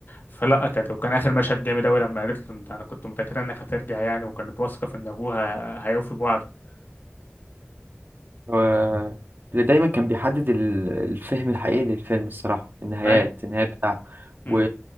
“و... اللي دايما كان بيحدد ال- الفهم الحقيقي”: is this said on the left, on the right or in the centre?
Right